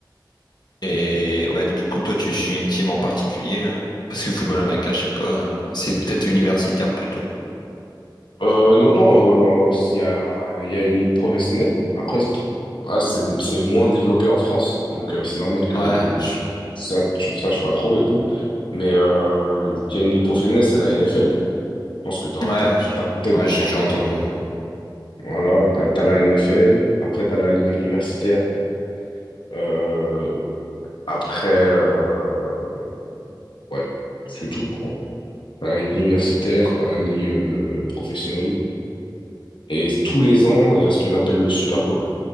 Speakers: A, on the left; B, on the left.
A: Et ouais, du coup, toi, tu suis une team en particulier. euh, parce que football américain, je sais pas. euh, c'est peut-être universitaire plutôt.
B: Euh, non, non, euh, il y a, il y a une ligue professionnelle. Après, c'est ah, c'est c'est moins développé en France, donc euh, c'est normal que
A: Ouais, je-
B: ça, tu ne saches pas trop et tout. Mais euh, il y a une ligue professionnelle, c'est la NFL. Je pense que tu as,
A: ouais, je-
B: peut-être
A: ouais,
B: déjà
A: j'ai déjà
B: entendu.
A: entendu.
B: euh, Voilà, tu as, la NFL, après tu as la ligue universitaire Euh, après, euh, ouais, c'est tout, quoi. T'as la ligue universitaire, t'as la ligue euh, professionnelle. Et tous les ans, il y a ce qu'on appelle le Super Bowl.